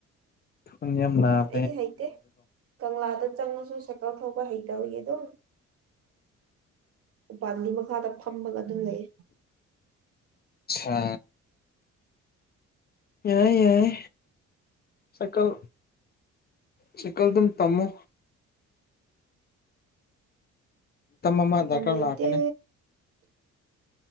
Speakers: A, on the left; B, on the right.
A: ꯌꯥꯝꯅ <unintelligible>
B: ꯑꯩꯗꯤ ꯍꯩꯇꯦ ꯀꯪꯂꯥꯗ ꯆꯪꯂꯉꯁꯨ ꯁꯥꯏꯀꯜ ꯊꯧꯕ ꯍꯩꯇꯧꯔꯤ ꯎ ꯎ ꯄꯅꯤ ꯃꯈꯥꯗ ꯐꯝꯃꯒ ꯑꯗꯨꯝ ꯂꯩ
A: ꯑꯆꯥ ꯌꯥꯏ ꯌꯥꯏ ꯁꯀꯜ ꯆꯀꯜꯗꯝ ꯇꯃꯣ ꯑꯃ
B: ꯃꯇꯝ
A: ꯗꯔꯀꯥꯔ
B: ꯂꯩꯇꯦ
A: ꯂꯥꯛꯀꯅꯤ